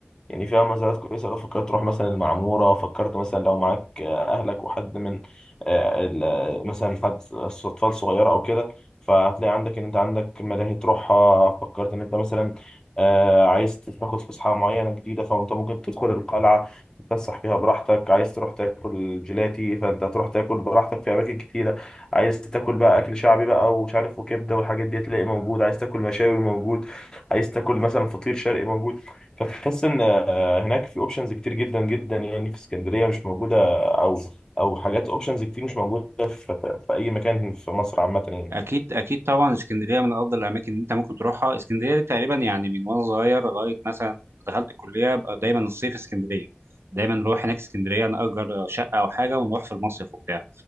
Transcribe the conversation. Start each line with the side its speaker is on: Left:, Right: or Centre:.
Left: يعني فيها مزارات كويسة لو فكرت تروح مثلا المعمورة فكرت مثلا لو معاك آه، أهلك وحد من آه، ال- آه، مثلا حد س- أطفال صغيرة أو كده فهتلاقي عندك إن أنت عندك ملاهي تروحها فكرت إن أنت مثلا آه، عايز تاخد فسحة معينة جديدة فأنت ممكن تدخل القلعة تتفسح فيها براحتك عايز تروح تاكل جيلاتي فأنت تروح تاكل براحتك في أماكن كتيرة عايز تاكل بقى أكل شعبي بقى ومش عارف وكبدة والحاجات دي تلاقي موجود عايز تاكل مشاوي موجود عايز تاكل مثلا فطير شرقي موجود فتحس ان آه، هناك في اوبشنز كتير جدا جدا يعني في اسكندريه مش موجوده او او حاجات اوبشنز كتير مش موجوده في, في, في اي مكان في مصر عامه يعني
Right: اكيد اكيد طبعا اسكندريه من افضل الاماكن اللي انت ممكن تروحها اسكندريه دي تقريبا يعني من وانا صغير لغايه مثلا دخلت الكليه بقى دايما الصيف اسكندريه دايما نروح هناك اسكندريه نأجر شقه او حاجه ونروح في المصيف وبتاع